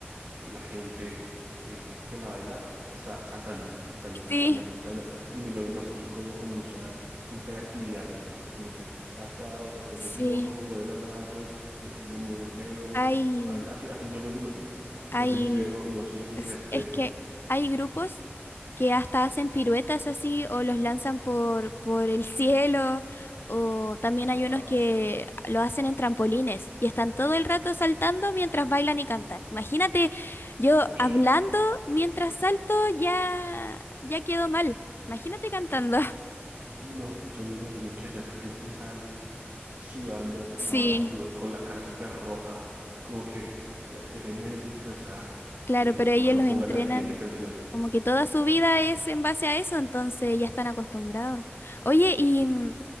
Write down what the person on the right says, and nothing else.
la gente eh, que la baila está saltando, saltando, saltando,
saltando, y me lo, lo asocio como con mucha hiperactividad, entonces como que salta, o sea, vuélvete
loco, mueve los brazos, eh, no mueve el pelo,
así, así, así yo me lo imagino.
No sé si estoy en lo, no sé si acerté.
Wow.
<laughs> Ush.
No, yo me imagino que allá la gente sale eh, sudando,
lavan sudor, con la cara súper roja, como que ya, déjenme descansar,
de,
todavía
no
pongan
la siguiente canción.